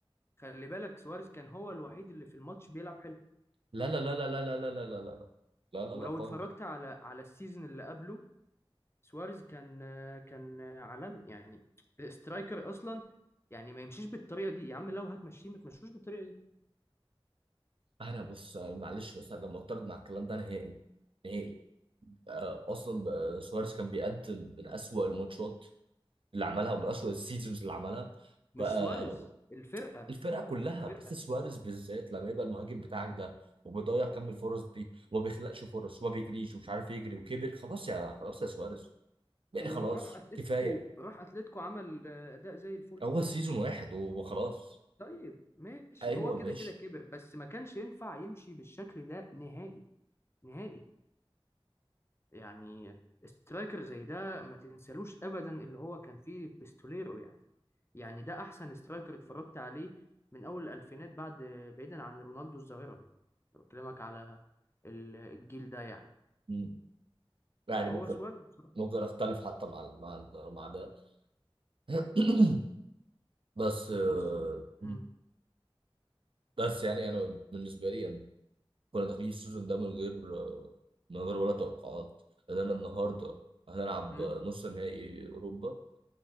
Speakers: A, on the left; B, on the right.
A: خلي بالك سواريز كان هو الوحيد اللي في الماتش بيلعب حلو
B: لا لا لا لا لا لا لا لا لا لا لا لا
A: ولو
B: لا خالص
A: اتفرجت على على السيزون اللي قبله سواريز كان كان عالمي يعني الاسترايكر اصلا يعني ما يمشيش بالطريقه دي يا عم لو هتمشيه ما تمشوش بالطريقه دي
B: انا بص معلش بس انا معترض مع الكلام ده نهائي نهائي آه، اصلا آه، سواريز كان بيقدم من اسوأ الماتشات اللي عملها ومن اسوأ السيزونز اللي عملها
A: مش
B: بقى
A: سواريز الفرقه
B: الفرقه كلها
A: الفرقه
B: بس سواريز بالذات لما يبقى المهاجم بتاعك ده وبيضيع كم الفرص دي وما بيخلقش فرص وما بيجريش ومش عارف يجري وكبر خلاص يا خلاص يا سواريز يعني
A: طب ما
B: خلاص
A: هو راح اتلتيكو
B: كفايه
A: راح اتلتيكو عمل آه، اداء زي الفل
B: هو سيزون واحد وخلاص
A: طيب ماشي
B: ايوه
A: هو كده
B: ماشي
A: كده كبر بس ما كانش ينفع يمشي بالشكل ده نهائي نهائي يعني سترايكر زي ده ما تنسالوش ابدا اللي هو كان فيه بيستوليرو يعني يعني ده احسن سترايكر اتفرجت عليه من اول الالفينات بعد بعيدا عن رونالدو الظاهره أنا بكلمك على ال- الجيل ده يعني
B: مم. يعني
A: هو
B: ممكن
A: سواريز بصراحة.
B: ممكن اختلف حتى مع ال- مع ال- مع ده <coughs> <clears throat> بس آه،
A: بص امم
B: مم. بس يعني انا بالنسبه لي أنا كنا داخلين السيزون ده من غير آه، من غير ولا توقعات لان انا النهارده هنلعب
A: امم
B: نص نهائي اوروبا